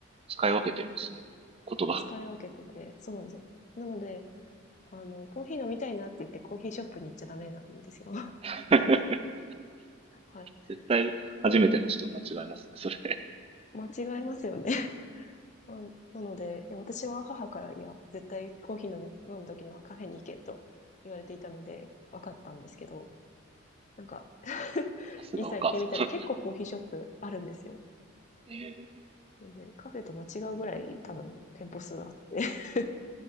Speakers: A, on the right; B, on the left.
A: 使い分けてるんですね。言葉。
B: 使い分けてて、そうなんですよ。なので、あの、コーヒー飲みたいなって言ってコーヒーショップに行っちゃダメなんですよ。<laughs>
A: <laughs>
B: はい。っ
A: 絶対初めての人間違えますね。
B: ていうのは
A: それ。
B: 間違えますよね。<laughs> まあなので、いや私は母から、いや、絶対コーヒー飲み飲む時にはカフェに行けと言われていたので、分かったんですけど、なんか、
A: さすがお母さん。
B: いざ行ってみたら結構コーヒーショップあるんですよ。
A: <laughs> えー
B: なので、カフェと間違うぐらい多分店舗数あって、<laughs>